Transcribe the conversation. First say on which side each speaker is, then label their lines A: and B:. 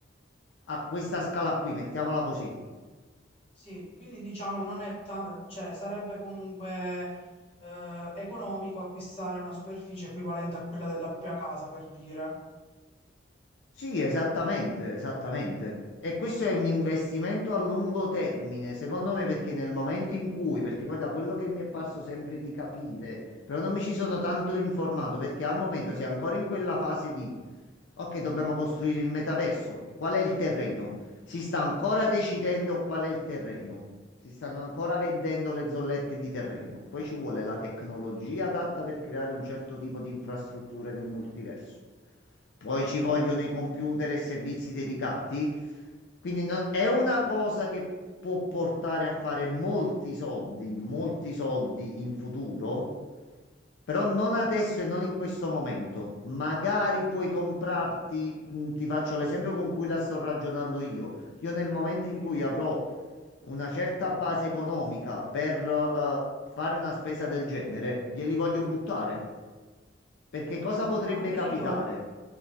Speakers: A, on the left; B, on the left.
A: a questa scala qui, mettiamola così.
B: Sì, quindi diciamo non è ta- cioè sarebbe comunque eh, economico acquistare una superficie equivalente a quella della propria casa, per dire.
A: Sì, esattamente, esattamente. E questo è un
B: Sì,
A: investimento
B: sì, sì.
A: a lungo termine, secondo me, perché nel momento in cui, perché poi da quello che mi è parso sempre di capire, però non mi ci sono tanto informato, perché al momento si è ancora in quella fase di, ok, dobbiamo costruire il metaverso, qual è il terreno? Si sta ancora decidendo qual è il terreno. Si stanno ancora vendendo le zollette di terreno. Poi ci vuole la tecnologia adatta per creare un certo tipo di infrastrutture nel multiverso. Poi ci
B: Sì,
A: vogliono i computer e servizi dedicati. Quindi no- è una cosa che può portare a fare molti soldi, molti soldi in futuro, però non
B: Sì,
A: adesso
B: infatti,
A: e non in questo momento. Magari puoi comprarti, mh, ti faccio l'esempio con cui la sto ragionando io. Io nel momento in
B: sì.
A: cui avrò una certa base economica per eh, fare una spesa del genere, glieli voglio buttare. Perché cosa
B: Sì,
A: potrebbe
B: sì, ma anche
A: capitare?
B: io.